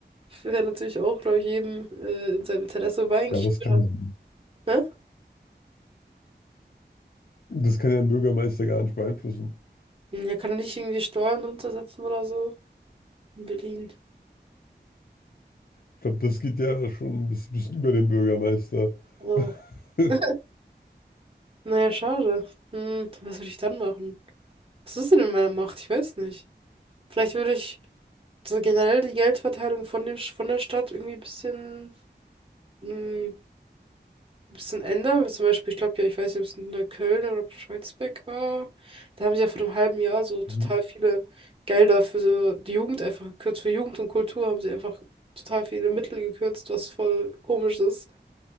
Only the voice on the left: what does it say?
Ja, aber das
kann,
das kann ja ein Bürgermeister gar nicht beeinflussen.
Ich glaube, das geht ja schon ein bisschen, bisschen über den Bürgermeister.
<laughs>
Mhm.